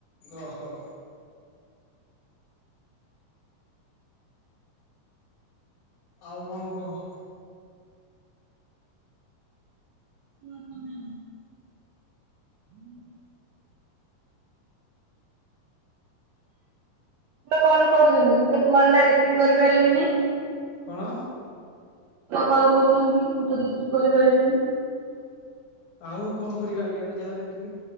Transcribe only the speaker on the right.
ପ ତମେ ଆଉ। ହୁଁ। କଲ କରୁଛନ୍ତି ମୁଁ ତ କଲ ଟା ରିସିଭି କରିପାରିବିନି।
କଲ କରୁଛନ୍ତି ମୁଁ ତ ରିସିବି କରିପାରିବିନି।